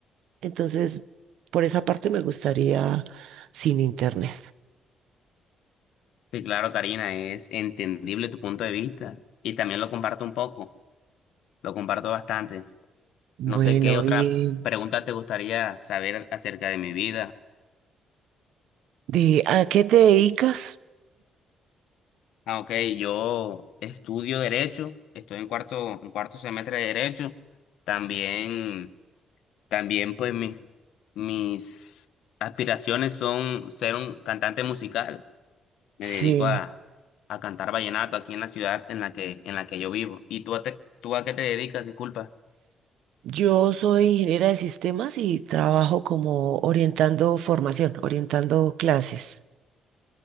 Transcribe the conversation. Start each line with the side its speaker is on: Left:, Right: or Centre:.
Right: Entonces, por esa parte me gustaría sin internet.
Left: Sí, claro, Karina, es entendible tu punto de vista y también lo comparto un poco, lo comparto bastante.
Right: Bueno,
Left: No sé qué otra
Right: bien.
Left: pregunta te gustaría saber acerca de mi vida.
Right: De, ¿a qué te dedicas?
Left: Ah, ok, yo estudio Derecho, estoy en cuarto, en cuarto semestre de Derecho. También, también pues mis, mis aspiraciones son ser un cantante musical. Me
Right: Sí,
Left: dedico a, a cantar vallenato aquí en la ciudad en la que, en la que yo vivo. ¿Y tú, a te- tú a qué te dedicas? Disculpa.
Right: yo soy ingeniera de sistemas y trabajo como orientando formación, orientando clases.